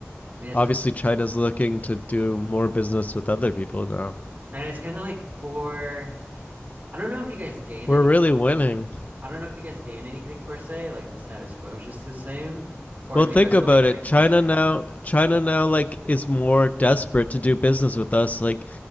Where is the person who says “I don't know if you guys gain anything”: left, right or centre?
Right